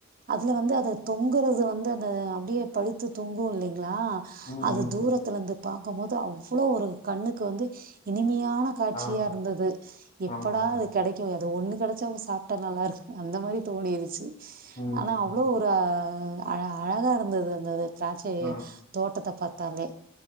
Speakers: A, on the right (about 40°); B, on the left (about 35°).
A: அதுல வந்து அத தொங்குறது வந்து அந்த அப்டியே பலுத்து தொங்கு இல்லைங் லா
B: ம்
A: அது
B: ம்
A: தூரத்துல இருந்து ப போது அவ்ளோ ஒரு கண்ணுக்கு வந்து இனிமியா ன காட்சியா
B: ஆ
A: இருந்தது எப்படா
B: ஆமாங்க
A: அது கிடைக்கு அது ஒண்ணு கிடைச்சா சாப்ட்டா நல்லா இருக்கு அந்த மாரி தோணிருச்சு
B: ம்
A: ஆனா அவ்ளோ
B: ம்.
A: ஒரு ஆனா அழகா இருந்தது அந்தது திராட்சைத்
B: ஆ
A: தோட்டத்த பாத் தாலே